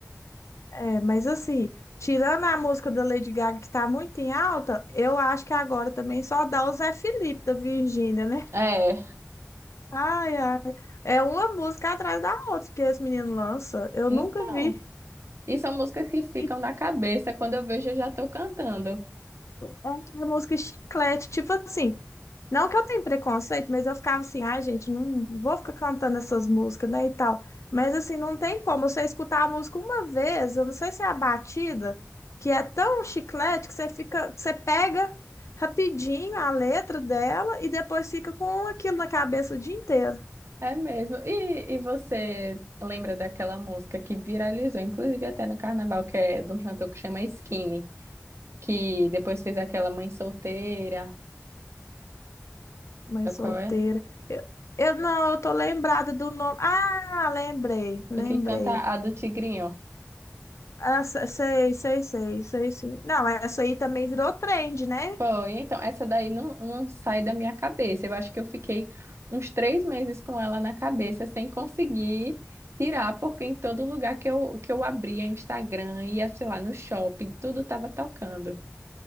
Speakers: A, on the left (about 70°); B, on the right (about 60°).
A: É, mas assim, tirando a música da Lady Gaga, que tá muito em alta, eu acho que agora também só dá o Zé Felipe da Virgínia, né?
B: É,
A: Ai, ai. É uma música atrás da outra que esse menino lança. Eu
B: então.
A: nunca vi.
B: E são músicas que ficam
A: E
B: na cabeça, quando eu vejo eu já tô cantando.
A: É aquela música chiclete, tipo assim. Não que eu tenha preconceito, mas eu ficava assim, ai, gente, não vou ficar cantando essas músicas, né, e tal. Mas assim, não tem como você escutar a música uma vez, eu não sei se é a batida, que é tão chiclete que você fica, você pega rapidinho a letra dela e depois fica com aquilo na cabeça o dia inteiro.
B: É mesmo. E, e você lembra daquela música que viralizou, inclusive até no carnaval, que é de um cantor que chama Skinny, que depois fez aquela Mãe Solteira,
A: Mãe
B: sabe
A: solteira.
B: qual é?
A: Eu, eu não, eu tô lembrada do nome. Ah, lembrei, lembrei.
B: O que canta a do Tigrinho.
A: Ah, se- sei, sei, sei, sei, sim. Não, essa aí também virou trend, né?
B: Foi, então, essa daí não, não sai da minha cabeça. Eu acho que eu fiquei uns três meses com ela na cabeça, sem conseguir tirar, porque em todo lugar que eu, que eu abria Instagram, ia, sei lá, no shopping, tudo tava tocando.